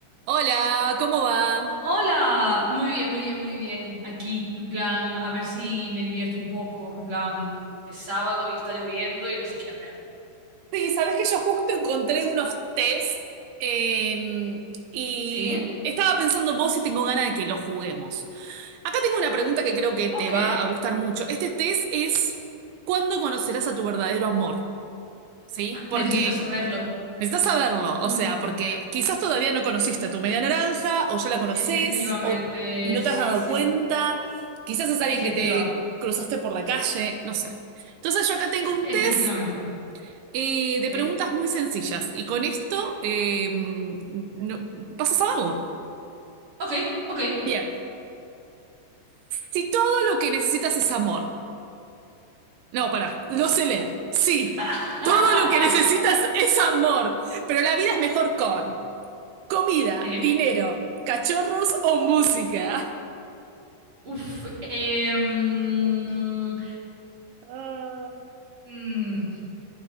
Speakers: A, on the right (about 80°); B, on the right (about 30°).
A: Hola, ¿cómo va?
B: Hola, muy bien, muy bien, muy bien. Aquí, en plan, a ver si me divierto un poco, en plan, es sábado y está lloviendo y no sé qué hacer.
A: Sí, sabes que yo justo encontré unos test eh, y
B: ¿Sí?
A: estaba pensando en vos y tengo ganas de que los juguemos. Acá tengo una pregunta que creo que
B: Ok.
A: te va a gustar mucho. Este test es ¿cuándo conocerás a tu verdadero amor? ¿Sí? Porque
B: Necesito saberlo.
A: necesitas saberlo,
B: Muy
A: o sea,
B: importante.
A: porque quizás todavía no conociste a tu media naranja o ya la conoces
B: Efectivamente,
A: o, y no
B: sí,
A: te has dado
B: sí.
A: cuenta. Quizás es alguien
B: Efectiva.
A: que te cruzaste por la calle, no sé. Entonces yo acá tengo un
B: Efectivamente.
A: test. eh, de
B: ¿Sí?
A: preguntas muy sencillas. Y con esto eh, no- vas a saberlo.
B: Ok, ok.
A: Bien. Si todo lo que necesitas es amor. No, pará, lo sé leer. Sí,
B: <laughs>
A: todo lo que necesitas es amor. Pero la vida es mejor con comida,
B: Sí.
A: dinero, cachorros o música.
B: Uf. em,
A: Ah,
B: mm,